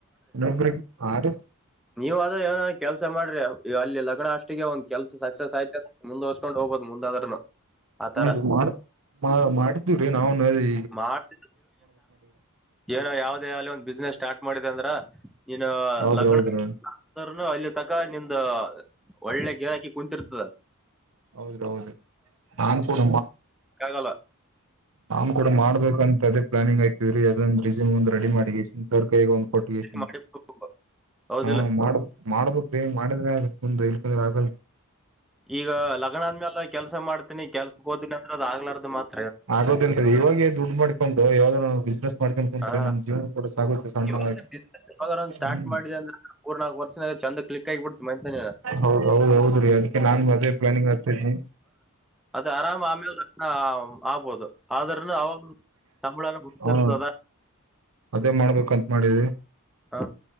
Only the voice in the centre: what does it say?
ನೀವ ಆದ್ರೆ ಏನ ಕೆಲ್ಸ ಮಾಡ್ರಿ ಅಲ್ಲಿ ಲಗ್ನ ಅಷ್ಟಿಗೆ ಒಂದ್ ಕೆಲ್ಸ ಸಕ್ಸಸ್ ಆಯ್ತ ಮುಂದಸ್ಕೊಂಡ ಹೋಗಿ ಹೋಗಬೋದು ಮುಂದಾದ್ರನು ಆತರ
ಮಾಡ್ ಏನೋ ಯಾವ್ದ ಯಾವಲ್ಲಿ ಒಂದ್ ಬಿಸ್ನೆಸ್ ಸ್ಟಾರ್ಟ ಮಾಡಿದೆ ಅಂದ್ರ ನೀನ್
ಲಗ್ನನು
ಅಲ್ಲಿ ತಕ್ಕ ನಿಂದು ಒಳ್ಳೆ ಗಿರಾಕಿ ಕುಂತರ್ತದ
ಆಗಲ್ಲ
ಮಾಡಿಬಿಡು ಹೌದಿಲ್ಲ
ಈಗ ಲಗ್ನ ಆದ್ಮೇಲೆ ಕೆಲ್ಸ ಮಾಡ್ತೀನಿ ಕೆಲ್ಸಕ್ ಹೋತೀನಿ ಅಂದ್ರ ಅದ ಆಗ್ಲಾರ್ದ ಮತ್ತ
ಹಾ
ಇವಾಗ ಬಿಸ್ನೆಸ್ ಯಾವ್ದಾರ ಒಂದ್ ಸ್ಟಾರ್ಟ್
ಮಾಡಿದೆ ಅಂದ್ರ ಮೂರ್ ನಾಲ್ಕು ವರ್ಷನಾಗ ಚಂದ ಕ್ಲಿಕ್ ಆಗಿಬಿಡ್ತ ಮೈಂತಾನೆ
ಅದೇ ಆರಾಮ್ ಆಮೇಲೆ ಆಗ್ಬೋದು ಆದ್ರನು ಅವಾಗ ಸಂಬಳನು ಬತಿರ್ತದ
ಹಾ